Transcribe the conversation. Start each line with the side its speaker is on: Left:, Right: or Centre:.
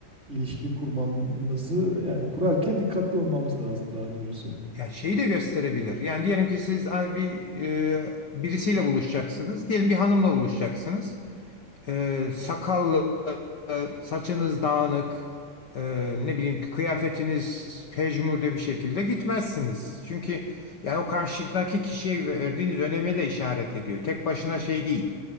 Right: ilişki kurmamızı yani kurarken dikkatli olmamız lazım daha doğrusu.
Left: Ya şeyi de gösterebilir. Yani diyelim ki siz abi bir e, birisiyle buluşacaksınız. Diyelim bir hanımla buluşacaksınız. e, sakallı, e, saçınız dağınık, e, ne bileyim ki kıyafetiniz pejmürde bir şekilde gitmezsiniz. Çünkü yani o karşıdaki kişiye verdiğiniz öneme de işaret ediyor. Tek başına şey değil.